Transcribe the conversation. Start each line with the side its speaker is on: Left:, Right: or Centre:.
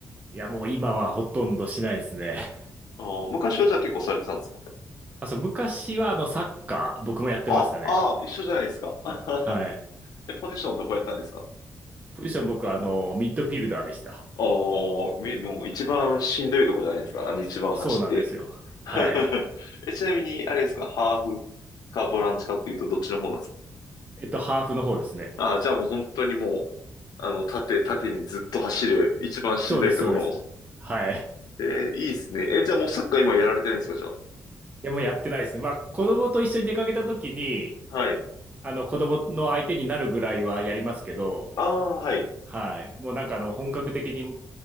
Right: いや、もう今はほとんどしないですね。
Left: あー昔はじゃあ結構されてたんですか
Right: あ、そう、昔はあのサッカー、僕もやってましたね。
Left: あ、あー、一緒じゃないですか。<laughs>
Right: はい。
Left: え、ポジションどこやったんですか
Right: ポジション僕はあの、ミッドフィルダーでした。
Left: ああー、みもう一番しんどいとこじゃないですか。あの一番走って
Right: そうなんですよ。はい。
Left: <laughs> え、ちなみに、あれですか、ハーフかボランチかっていうとどっちの方なんですか
Right: えっと、ハーフの方ですね。
Left: ああ、じゃあもう本当にもう、あの、縦、縦にずっと走る、一番しんどいところの。
Right: そうです、そうです。はい。
Left: えーいいっすね。え、じゃあもうサッカー今やられてないんですか、じゃあ。
Right: や、もうやってないですね。まあ、子供と一緒に出かけた時に、
Left: はい。
Right: あの、子供の相手になるぐらいはやりますけど、
Left: ああ、はい。
Right: はい。もうなんかあの、本格的に、